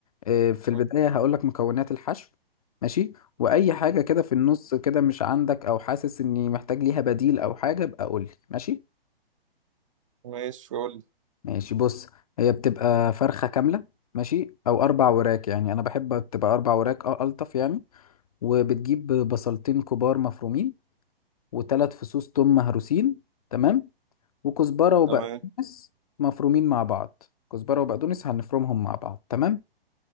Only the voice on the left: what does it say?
إيه، في
البداية
هقولك مكونات الحشو ماشي وأي حاجة كده في النص كده مش عندك أو حاسس إني محتاج ليها بديل أو حاجة ابقى قولي ماشي
ماشي بص هي بتبقى فرخة كاملة ماشي أو أربع وراك يعني أنا بحب تبقى أربع وراك أه ألطف يعني وبتجيب بصلتين كبار مفرومين وثلاث فصوص توم مهروسين تمام وكزبرة وبقدونس
مفرومين مع بعض كزبرة وبقدونس هنفرمهم مع بعض تمام